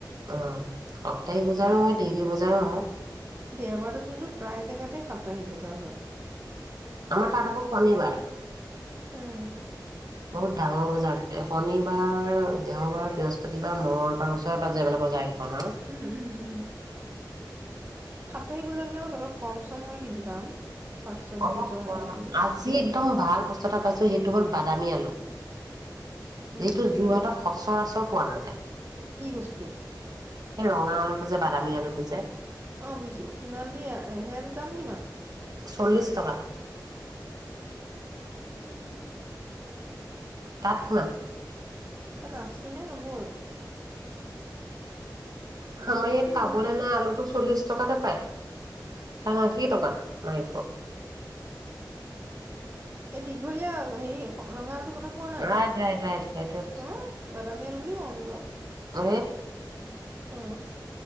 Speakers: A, on the right; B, on the right.
A: অ', সপ্তাহিক বজাৰো হয়, ডেইলি বজাৰো হয়।
B: দেওবাৰটোত কিন্তু প্ৰায় জেগাতে সাপ্তাহিক বজাৰ হয়।
A: আমাৰ তাত আকৌ শনিবাৰ। বহুত
B: উম,
A: ডাঙৰ বজাৰ, দে-শনিবাৰ, দেওবাৰ, বৃহস্ বাৰ, মঙ্গলবাৰ, ওচৰে পাজৰে মানে বজাৰ কেইখন আৰু।
B: উম উম উম। সাপ্তাহিক বজাৰ বিলাকত অলপ কম চম হয় কিন্তু দাম।
A: <unintelligible>
B: শাক চবজিৰ পৰা আদি কৰি
A: আজি একদম ভাল বস্তু এটা পাইছো সেইটো হ'ল বাদামী আলু।
B: হম
A: যিটো যোৰহাটত সচ সচৰাচৰ পোৱা নাযায়।
B: কি বস্তু?
A: এই ৰঙা আলুটো যে, বাদামী আলুটো যে।
B: অ' বুজিছো, কিমান দি আ-হে এইটো দাম কিমান?
A: চল্লিছ টকা।
B: উম।
A: তাঠা
B: ইয়াত আশী নে নবৈ
A: হ মই
B: উম
A: তাবোল ন আলো তো চল্লিশ টকাতে পায় আশী টকা মাই
B: এই দীঘলীয়া হেৰি ৰঙালটো কথা কোৱা নাই
A: ৰাইট ৰাইট ৰাইট সেইটোৱে কৈছো।
B: অ বাদামী আলু বুলি কওঁ আমি বাৰু
A: অ',
B: অ